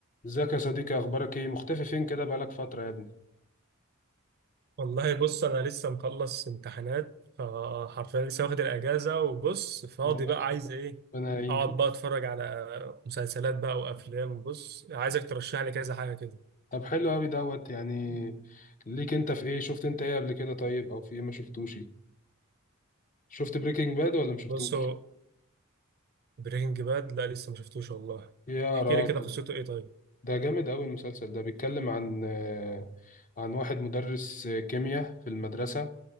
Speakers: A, on the left; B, on the right.
A: ازيك يا صديقي اخبارك ايه مختفي فين كده بقالك فترة يا ابني
B: والله بص انا لسه مخلص امتحانات فحرفيا لسه واخد الاجازه وبص فاضي
A: لا،
B: بقى عايز ايه
A: ربنا يعينك
B: اقعد
A: <laughs>
B: بقى اتفرج على مسلسلات بقى وافلام بص عايزك ترشح لي كذا حاجه كده
A: طب حلو قوي دوت يعني ليك انت في ايه شفت انت ايه قبل كده طيب او في ايه ما شفتوش ايه شفت بريكنج باد ولا ما شفتوش
B: بص هو برينج باد لا لسه ما شفتوش والله
A: يا
B: احكي
A: راجل
B: لي كده قصته ايه طيب
A: ده جامد قوي المسلسل ده بيتكلم عن آه، عن واحد مدرس آه، كيمياء في المدرسة